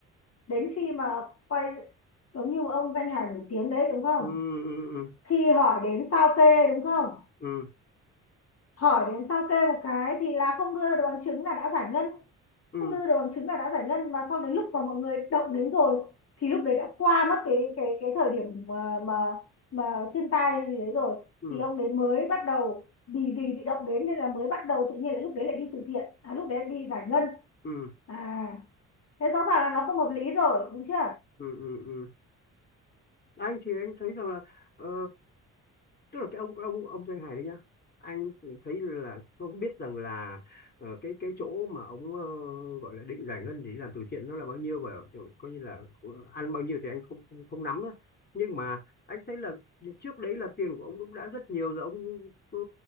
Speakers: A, on the left; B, on the left.
A: đến khi mà quay giống như một ông danh hài nổi tiếng đấy đúng không
B: ừ ừ
A: khi hỏi đến sao kê đúng không
B: ừ ừ
A: hỏi đến sao kê một cái thì là không đưa ra được bằng chứng là đã giải ngân
B: ừ
A: không đưa được bằng chứng là đã giải ngân mà sau đến lúc mà mọi người động đến rồi thì lúc đấy đã qua mất cái cái cái thời điểm mà mà mà thiên tai hay gì đấy rồi
B: ừ
A: thì ông đấy mới bắt đầu vì vì bị động đến nên là mới bắt đầu tự nhiên lại lúc đấy lại đi từ thiện à lúc đấy lại đi giải ngân
B: ừ
A: à thế rõ ràng là nó không hợp lý rồi đúng chưa
B: ừ ừ ừ. Anh thì anh thấy rằng là ờ, tức là cái ông ông ông danh hài đấy nhá anh thấy là không biết rằng là ờ, cái cái chỗ mà ông ờ, gọi là định giải ngân để làm từ thiện nó là bao nhiêu và kiểu coi như là ờ, ăn bao nhiêu thì anh không không, không nắm nữa nhưng mà anh thấy là trước đấy là tiền của ông cũng đã rất nhiều rồi ông ờ,